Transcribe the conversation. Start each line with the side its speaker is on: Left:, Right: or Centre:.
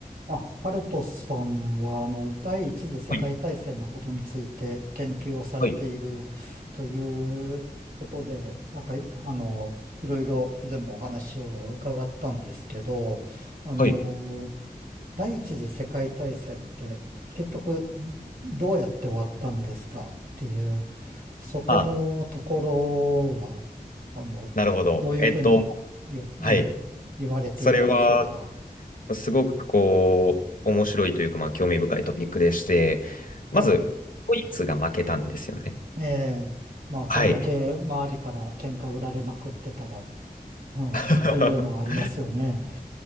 Right: あ、ハルトさんは、あの、第一次世界大戦のことについて研究をされているということで、
Left: はい、はい、
Right: なんか、いあの、いろいろ以前もお話を伺ったんですけど、あの、
Left: はい。
Right: 第一次世界大戦って結局どうやって終わったんですかっていう、そこのところは、
Left: あ、
Right: あの、
Left: なるほど。
Right: どういうふうに言う、
Left: えっと、
Right: うん、
Left: はい。
Right: 言われているんでしょうか。
Left: それは、すごくこう、面白いというか、まあ、興味深いトピックでして、まず、
Right: はい。
Left: ドイツが負けたんですよね。
Right: ええ、まあ、そんだけ周りから喧嘩売られまくってたら、
Left: はい。
Right: うん、
Left: <laughs>
Right: というのはありますよね。
Left: い